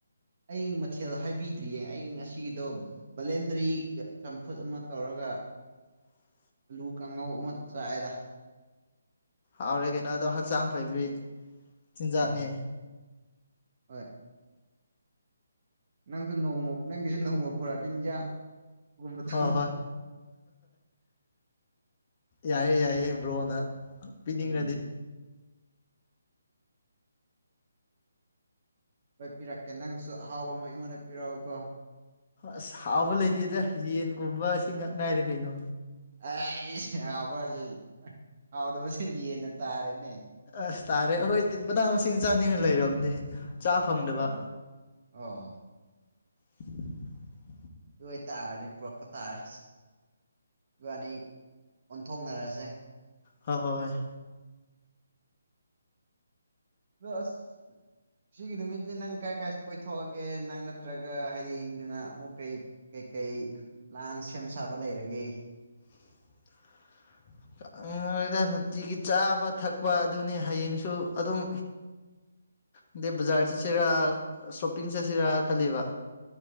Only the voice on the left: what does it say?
<unintelligible>
ꯍꯥꯎꯔꯦ ꯀꯩꯅꯣ ꯑꯗꯣ ꯍꯛꯆꯥꯡ ꯐꯩꯕ ꯆꯤꯟꯖꯥꯛꯅꯤ
ꯍꯣꯏ ꯍꯣꯏ ꯌꯥꯏꯑꯦ ꯌꯥꯏꯌꯦꯦ ꯕ꯭ꯔꯣꯅ ꯄꯤꯅꯤꯡꯉꯗꯤ
ꯑꯁ ꯍꯥꯎꯕ ꯂꯩꯇꯦꯗ ꯌꯦꯟꯒꯨꯝꯕ ꯑꯁꯤ ꯉꯛ ꯉꯥꯏꯔꯦ ꯀꯩꯅꯣ
ꯑꯁ ꯇꯥꯔꯦ ꯑꯩꯈꯣꯏꯗꯤ ꯃꯅꯥ ꯃꯁꯤꯡ ꯆꯥꯅꯤꯡꯉ ꯂꯩꯔꯕꯅꯦ ꯆꯥ ꯐꯪꯗꯕ
<unintelligible>
ꯍ ꯍꯣꯏ ꯍꯣꯏ
<unintelligible> ꯗ ꯅꯨꯡꯇꯤꯒꯤ ꯆꯥꯕ ꯊꯛꯄ ꯑꯗꯨꯅꯤ ꯍꯌꯦꯡꯁꯨ ꯑꯗꯨꯝ ꯑꯗꯩ ꯕꯖꯥꯔ ꯆꯠꯁꯤꯔ ꯁꯣꯞꯄꯤꯡ ꯆꯠꯁꯤꯔꯥ ꯈꯜꯂꯤꯕ